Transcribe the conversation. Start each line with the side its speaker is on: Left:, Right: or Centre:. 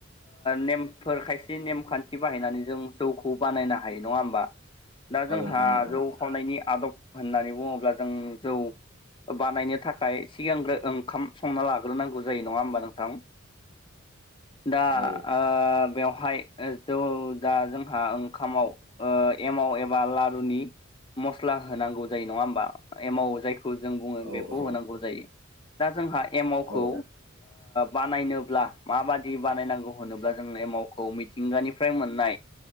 Left: नेमफोर खायसे नेमखान्थि बाहायनानै जों जौखौ बानायनो हायो नंङा होमबा दा
Right: औ
Left: जोंहा
Right: नोंथां औ
Left: जौ खावनायनि आदब होननानै बुङोब्ला जों जौ बानायनो थाखाय सिगांग्रो ओंखाम संना लाग्रोनांगौ जायो नंङा होमबा नोंथां दा
Right: औ
Left: आ बेहाय जोंहा ओंखाम आव एमाव एबा ला नि मसला होनांगौ जायो नङा होनबा जायखौ खौ जों बुंङो
Right: औ
Left: बेखौ होनांगौ
Right: औ
Left: जायो दा जोंहा एमावखौ
Right: औ
Left: बानायनोब्ला माबादि बानायनांगौ होनोब्ला जों एमावखौ मि मिथिंगानिफ्राय मोननाय